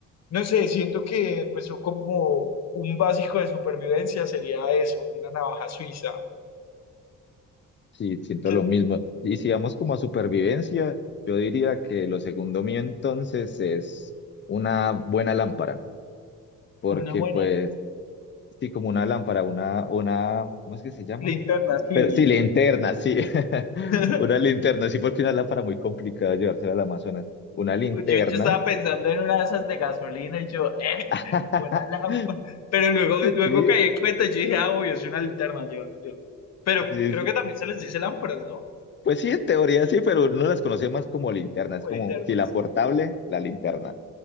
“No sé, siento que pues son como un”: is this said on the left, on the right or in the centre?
Left